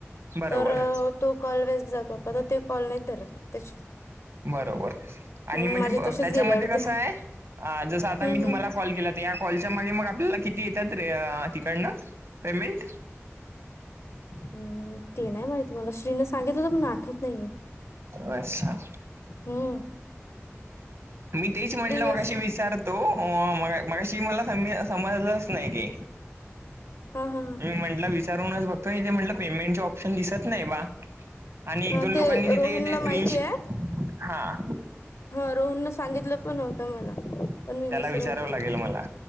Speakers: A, on the right; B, on the left.
A: बरोबर
B: तर तो कॉल वेस्ट जातो आपला तर ते कॉल नाही धरत त्याच्यात
A: बरोबर आणि
B: हम्म
A: म्हणजे
B: माझे तसेच
A: त्याच्यामध्ये
B: गेले अर्धे
A: कसं आहे, जसं आता
B: हम्म
A: मी तुम्हाला कॉल केला. या कॉलच्या मागे मग आपल्याला किती येतात रे तिकडनं पेमेंट.
B: अ.. ते नाही माहिती मला श्री ने सां गितला पण आठवत नाहीये,
A: अच्छा
B: हम्.
A: मी तेच म्हटलं मगाशी
B: असं
A: विचारतो. म- मगाशी मला समजलंच नाही ते,
B: हा.. हा.. हा..
A: मी म्हटलं विचारून चं बघतो, येथे म्हटलं पेंमेटच शन दिसत नाही बा, आणि एक
B: हा
A: दोन लोकांनी
B: ते रोहनला
A: तिथे स्क्रिन
B: माहिती
A: शेअर. हां.
B: हं.. रोहन न सांगितलं पण होतं मला, पण मी
A: त्याला
B: विसरून
A: विचारावं
B: गेले.
A: लागेल मला